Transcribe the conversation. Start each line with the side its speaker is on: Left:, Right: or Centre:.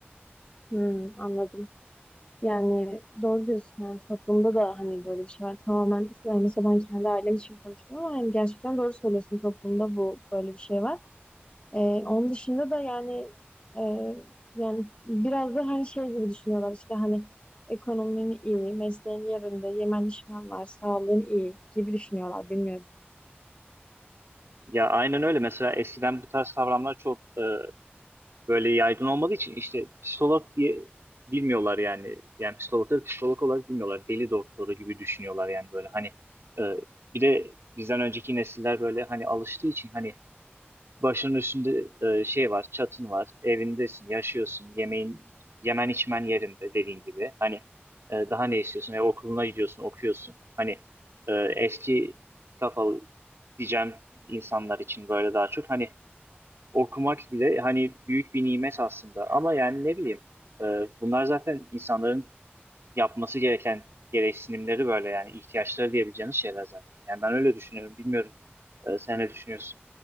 Left: Hmm, anladım. Yani doğru diyorsun yani toplumda da hani böyle bir şey var tamamen yani mesela ben kendi ailem için konuştum ama yani gerçekten doğru söylüyorsun toplumda bu böyle bir şey var. Ee, onun dışında da yani e, yani biraz da hani şey gibi düşünüyorlar işte hani ekonomin iyi, mesleğin yerinde, yemen içmen var, sağlığın iyi gibi düşünüyorlar bilmiyorum.
Right: Ya aynen öyle. Mesela eskiden bu tarz kavramlar çok e, böyle yaygın olmadığı için işte psikolog diye bilmiyorlar yani. Yani psikologları psikolog olarak bilmiyorlar. Deli doktoru gibi düşünüyorlar yani böyle. Hani e, bir de bizden önceki nesiller böyle hani alıştığı için hani Başının üstünde e, şey var, çatın var, evindesin, yaşıyorsun, yemeğin, yemen içmen yerinde dediğin gibi. Hani e, daha ne istiyorsun? E, okuluna gidiyorsun, okuyorsun. Hani e, eski kafalı diyeceğim insanlar için böyle daha çok. Hani okumak bile hani büyük bir nimet aslında. Ama yani ne bileyim, e, bunlar zaten insanların yapması gereken gereksinimleri böyle yani ihtiyaçları diyebileceğiniz şeyler zaten. Yani ben öyle düşünüyorum. Bilmiyorum. E, sen ne düşünüyorsun?